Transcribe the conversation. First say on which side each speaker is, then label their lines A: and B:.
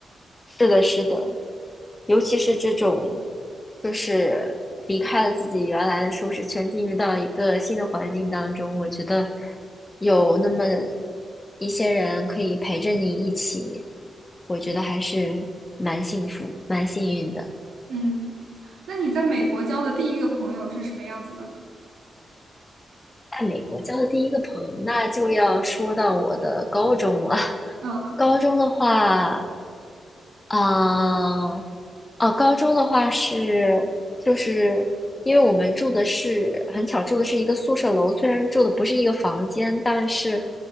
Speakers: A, on the left; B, on the right.
A: 是的，是的。尤其是这种，就是离开了自己原来的舒适圈，进入到一个新的环境当中，我觉得有那么一些人可以陪着你一起，我觉得还是蛮幸福、蛮幸运的。
B: 嗯，那你在美国交的第一个朋友是什么样子的呢？
A: 在美国交的第一个朋友，那就要说到我的高中了。<laughs>
B: 嗯
A: 高中的话，啊、哦，高中的话是，就是因为我们住的是很巧，住的是一个宿舍楼，虽然住的不是一个房间，但是，